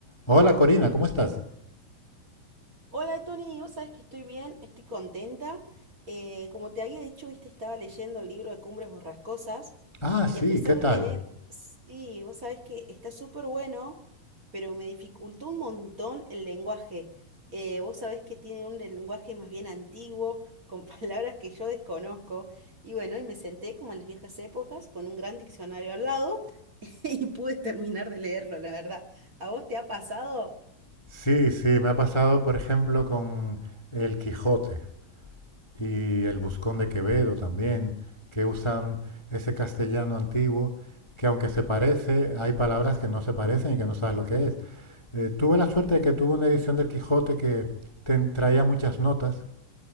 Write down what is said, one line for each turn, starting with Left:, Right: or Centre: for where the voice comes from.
Left: Hola Corina, ¿cómo estás?
Right: Hola Tony, vos sabés que estoy bien, estoy contenta. Eh, como te había dicho, viste, estaba leyendo el libro de Cumbres Borrascosas
Left: Ah, sí,
Right: y a pesar
Left: ¿qué tal?
Right: de tener, sí, vos sabés que está súper bueno, pero me dificultó un montón el lenguaje. Eh, vos sabés que tiene un lenguaje más bien antiguo, con <laughs> palabras que yo desconozco. Y bueno, y me senté como en las viejas épocas con un gran diccionario al lado <laughs> y pude terminar de leerlo, la verdad. ¿A vos te ha pasado?
Left: Sí, sí, me ha pasado, por ejemplo, con El Quijote y El Buscón de Quevedo también, que usan ese castellano antiguo, que aunque se parece, hay palabras que no se parecen y que no sabes lo que es. Eh, tuve la suerte de que tuve una edición del Quijote que te traía muchas notas